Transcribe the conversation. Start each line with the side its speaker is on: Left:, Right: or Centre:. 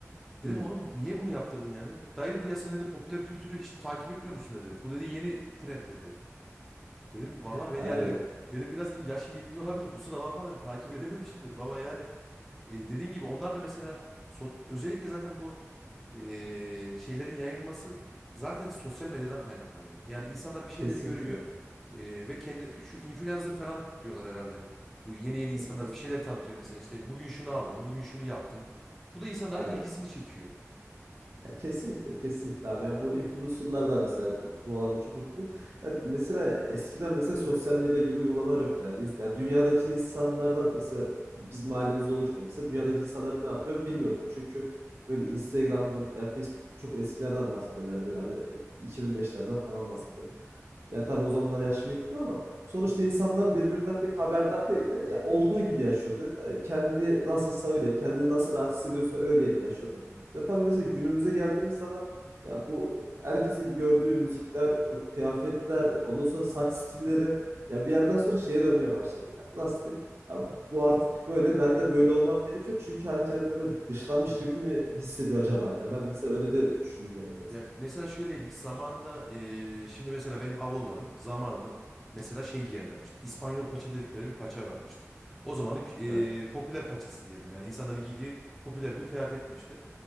Centre: Dedim
Right: Hı,
Centre: oğlum niye bunu yaptırdın yani? Dayı dedi ya sen dedi popüler kültürü hiç takip etmiyor musun dedi. Bu dedi yeni trend dedi. Dedim valla ben
Right: aynen.
Centre: yani benim biraz dedim yaşım yetmiyor olabilir kusura bakma dedim takip edememişim dedim ama yani e, dediğin gibi onlar da mesela so- özellikle zaten bu e, şeylerin yayılması zaten sosyal medyadan kaynaklanıyor. Yani insanlar bir şeyleri
Right: Kesinlikle.
Centre: görüyor e, ve kendi şu influencer falan diyorlar herhalde. Bu yeni yeni insanlar
Right: Influencer.
Centre: bir şeyler tanıtıyor mesela işte bugün şunu aldım, bugün şunu yaptım. Bu da insanların
Right: Aynen.
Centre: ilgisini çekiyor.
Right: Ya kesinlikle kesinlikle abi. Ya bu influencer'lar da mesela bu, bu alanda çok etkili. Ya mesela eskiden mesela sosyal medya gibi uygulamalar yok yani. İns- ya dünyadaki insanlardan mesela biz mahallemizde olurken mesela dünyadaki
Centre: Aha.
Right: insanlar ne yapıyor bilmiyorduk. Çünkü böyle Instagram'dır ya Facebook çok eskilerden bahsediyorum yani böyle hani 2005'lerden falan bahsediyorum.
Centre: Hı hı.
Right: Ya tabii o zamanlar yaşım yetmiyor ama sonuçta
Centre: Evet.
Right: insanlar birbirinden pek haberdar değildi. Ya olduğu gibi yaşıyordu. E, Kendi nasılsa öyle, kendini nasıl rahat hissediyorsa öyle yaşıyordu.
Centre: Hı hı.
Right: Ya tabii mesela günümüze geldiğimiz zaman ya bu herkesin gördüğü müzikler, o kıyafetler, ondan sonra saç stilleri ya bir yerden sonra şeye dönmeye başladı ya. Nasıl diyeyim? Ya bu artık böyle, ben de böyle olmam gerekiyor. Çünkü hani kendini böyle dışlanmış
Centre: Hı hı.
Right: gibi mi hissediyor acaba? Ya ben mesela öyle de düşündüm yani biraz.
Centre: Ya mesela şöyleymiş zamanda eee, şimdi mesela benim ablalarım zamanında mesela şey giyerlermişti. İspanyol paça dedikleri bir paça varmıştı. O zamanın
Right: Hı hı.
Centre: eee,
Right: Evet.
Centre: popüler paçası diyelim yani insanların giydiği popüler bir kıyafetmişti.